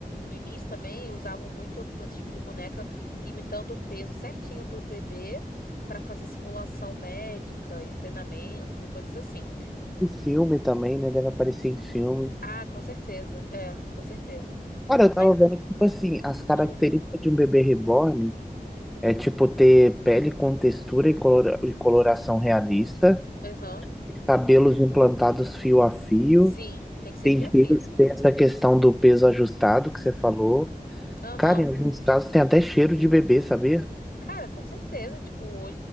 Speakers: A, on the left; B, in the centre.
A: No início também usavam muito esse tipo de boneca imitando o peso certinho do bebê para fazer simulação médica e treinamentos e coisas assim.
B: E filme também, né? Deve aparecer em filme.
A: Ah, com certeza. É, com certeza.
B: Cara, eu
A: Mas,
B: tava vendo que, tipo assim, as características
A: ah,
B: de um bebê reborn é, tipo, ter pele com textura e, colora- e coloração realista,
A: aham,
B: cabelos implantados fio a fio,
A: sim, tem que ser
B: tem,
A: fia-fia.
B: peso- tem essa questão do peso ajustado que você falou.
A: Aham.
B: Cara, em alguns casos tem até cheiro de bebê, sabia?
A: Cara, com certeza, tipo,